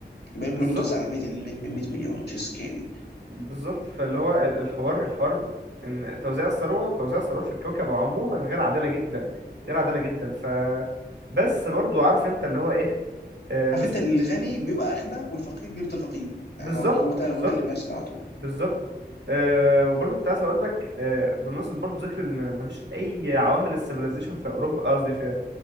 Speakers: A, on the left (about 65°); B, on the right (about 80°).
A: الباقيين
B: بالظبط
A: كلهم متوزع على بيت ال 100 مليون which is scary
B: بالظبط فاللي هو ال- الحوار الحوار ان توزيع الثروه توزيع الثروات في الكوكب عموما غير عادله جدا غير عادله جدا ف بس برضو عارف انت اللي هو ايه آه لسه
A: عارف انت الغني بيبقى اغنى والفقير بيفضل فقير يعني
B: بالظبط
A: هو هو ده
B: بالظبط
A: هو ده اللي بيحصل على طول
B: بالظبط آه وبرضو كنت عايز اقول لك آه بمناسبه برضو ذكر ان مفيش اي عوامل السيفيلايزيشن في اوروبا قصدي في